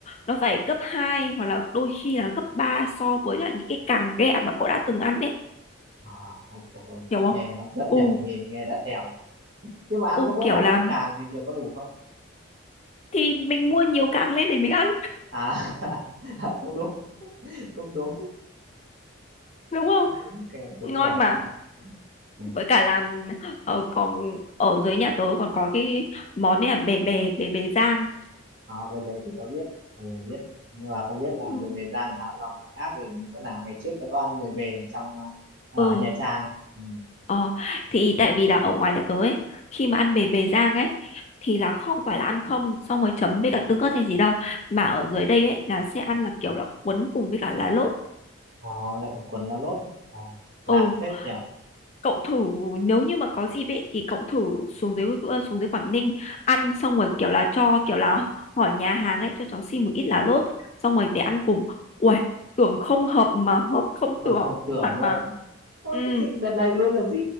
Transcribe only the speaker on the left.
nó phải gấp hai hoặc là đôi khi là gấp ba so với là những cái càng ghẹ mà cậu đã từng ăn đấy
hiểu
không
ừ
ừ
kiểu
là
thì mình mua nhiều càng lên để mình ăn
đúng không
ngon
mà
với cả là ở còn ở dưới nhà tớ còn có cái món này là bề bề bề bề rang
ừ
Ừ,
ờ, thì tại vì là ở ngoài nhà tớ ấy, khi mà ăn bề bề rang ấy, thì là không phải là ăn không xong rồi chấm với cả tương ớt hay gì đâu, mà ở dưới đây ấy là sẽ ăn là kiểu là cuốn cùng với cả lá lốt.
Ừ,
cậu thử nếu như mà có dịp ấy thì cậu thử xuống dưới ờ, xuống dưới Quảng Ninh ăn xong rồi kiểu là cho kiểu là hỏi nhà hàng ấy cho cháu xin một ít lá lốt xong rồi để ăn cùng. Uầy, tưởng không hợp mà hợp không
tưởng,
thật
mà.
Ừ.